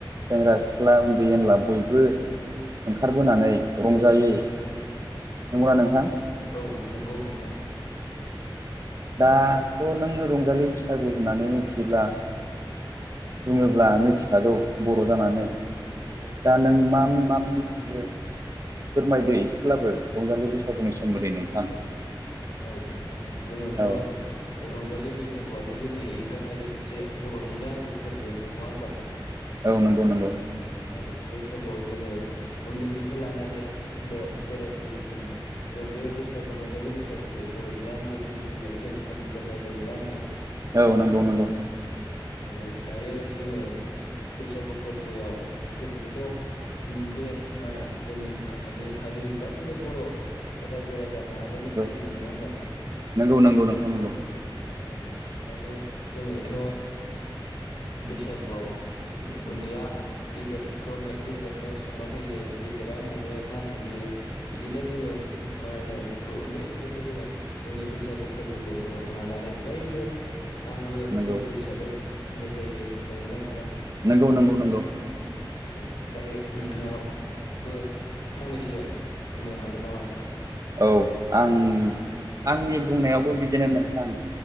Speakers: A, on the right; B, on the left.
A: सेंग्रा सिख्ला उन्दै एनला बयबो ओंखारबोनानै रंजायो। नंगौना नोंथां?
B: औ नंगौ नोंथां नंगौ।
A: दाथ नों रंजालि बैसागु होननानै मिथियोब्ला बुङोब्ला मिथिखागौ बर' जानानै
B: औ
A: दा
B: मोनथियो
A: नों मा मा मिथियो फोरमायदो एसेब्लाबो रंजालि बैसागुनि सोमोन्दै नोंथां।
B: औ नोंथां जोङोथ
A: औ
B: रंजालि बैसागुआ थ' जोंनि एंगारायै मोनसे बर'निनो आंगो फोरबो नङा होनबा नोंथां।
A: औ नंगौ नंगौ।
B: औ बैसागुआव जोङो उन्दैनिफ्राय लानानै बोराय बुरैसिम जों बे बैसागु रंजालि बैसागुखौ बर'नि आंगो फोरबो हिसाबै जों फालिजेननाय जायो ना नोंथां।
A: औ नंगौ नंगौ।
B: ओ दायो जोङो बैसागु फोरबोआव फोरबोखौथ बे मा होनो जोंनि आसामनि थागिबि गाससिबो बर' रायजो राजा माहारियानो
A: नंगौ
B: फालियो नङा होमबा नोंथां?
A: नंगौ नंगौ नोंथां नंगौ
B: औ नोंथां दायो जोङोथ बैसागुआव उन्दैया गेदेरखौनो गेदेरनो सनमान होयो गेदेरा उन्दैनो मान होयो बिदिनो जोङो मा होनो उन्दैनिफ्रायनो जोङो जोंनि बैसागु फोरबोखौ लानानै बयबो आंगो
A: नंगौ
B: फोरबो हिसाबै फालिनाय जायो नंगौना नोंथां?
A: नंगौ नंगौ नंगौ।
B: औ दायो नोंथाङाबो फंनैसो बुंनो हागोन नामा नोंथां?
A: औ आं आंनि बुंनायावबो बिदिनो नोंथां।